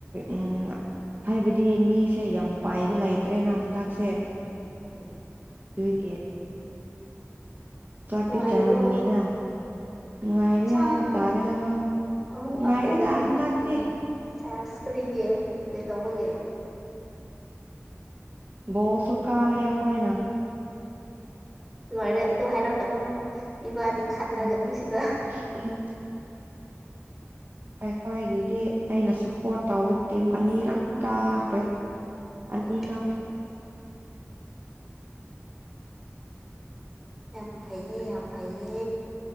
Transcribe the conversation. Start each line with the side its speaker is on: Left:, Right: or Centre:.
Right: ꯎꯝ ꯍꯥꯏꯕꯗꯤ ꯃꯤꯁꯦ ꯌꯥꯝ ꯄꯥꯏꯕ ꯂꯩ ꯇ꯭ꯔꯦꯅ ꯍꯟꯗꯛꯁꯦ
Centre: ꯎꯝ
Right: ꯑꯗꯨꯒꯤ ꯆꯥꯛꯇꯤ
Centre: ꯅꯨꯡꯉꯥꯏꯔꯤꯕꯣ
Right: ꯆꯥꯔꯝꯅꯤꯅ ꯅꯨꯡꯉꯥꯏꯔꯦ
Centre: ꯆꯔꯦ
Right: ꯍꯥꯏꯕ ꯇꯥꯔꯦꯗ ꯍꯣꯏ
Centre: ꯑꯃꯨꯛ
Right: ꯅꯨꯡꯉꯥꯏꯔꯦꯗ
Centre: ꯑꯞꯇꯔꯅꯨꯟꯒꯤ
Right: ꯍꯟꯗꯛꯇꯤ
Centre: <unintelligible> ꯆꯦꯁ ꯀꯔꯤꯒꯤ ꯀꯔꯤ ꯇꯧꯕꯒꯤ
Right: ꯕꯣꯜꯁꯨ ꯀꯥꯔꯦ ꯑꯈꯣꯏꯅ
Centre: ꯂꯣꯏꯔꯦ ꯑꯗꯨ ꯍꯥꯏꯔꯛꯀꯅꯣ ꯏꯕꯥꯅꯤ ꯈꯠꯅꯒꯅꯤ
Right: ꯑꯣꯝ
Centre: ꯁꯤꯗ
Right: ꯍꯝ ꯑꯩꯈꯣꯏꯒꯤꯗꯤ ꯑꯩꯅ ꯁꯄꯣꯔꯠ ꯇꯧꯕ ꯇꯤꯝ ꯑꯅꯤꯔꯛ ꯀꯥꯈ꯭ꯔꯦ ꯑꯅꯤꯃꯛ
Centre: ꯍꯣꯏ ꯍꯣꯏ ꯌꯥꯝ ꯐꯩꯌꯦ ꯌꯥꯝ ꯐꯩꯌꯦ